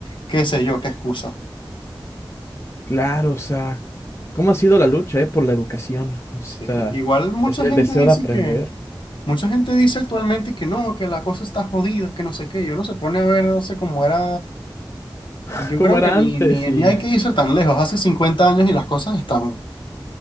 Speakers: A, on the left; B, on the left.
A: qué sé yo, qué excusa.
B: Claro, o sea, cómo ha sido la lucha, ¿eh? Por la educación, o
A: Sí,
B: sea,
A: igual mucha
B: es el
A: gente
B: deseo
A: dice
B: de aprender,
A: que... Mucha gente dice actualmente que no, que la cosa está jodida, que no sé qué. Yo no se pone a ver, no sé cómo era.
B: <laughs>
A: Yo
B: como
A: creo
B: era
A: que ni,
B: antes
A: ni,
B: y
A: ni hay que irse tan lejos. Hace 50 años y las cosas están,